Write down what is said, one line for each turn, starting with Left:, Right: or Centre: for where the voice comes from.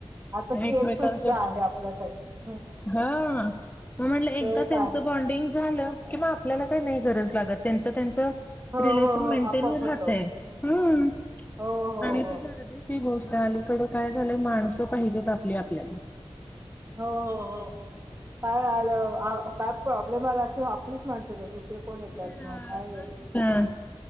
Right: आता ती
Left: एकमेकांच
Right: एक सुविधा आहे आपल्यासाठी हम्म
Left: हा मग म्हटलं एकदा
Right: ते एक
Left: त्यांच
Right: आहे
Left: बॉन्डिंग झालं किंवा आपल्याला काही नाही गरज लागत त्यांच त्यांच
Right: हो
Left: रिलेशन
Right: हो हो
Left: मेंटेन
Right: आपोआप होतो
Left: राहते
Right: हम्म.
Left: हम.
Right: हो हो
Left: आणि
Right: हो
Left: ते गरजेची
Right: हो
Left: गोष्ट आहे, अलीकडं काय झालंय माणसं पाहिजेत आपली आपल्यात.
Right: हो हो हो हो, काय आ काय प्रॉब्लेम आला ते आपलीच माणस येतात. कोण येतात
Left: येणार
Right: मग नाही
Left: साहजिकय
Right: येत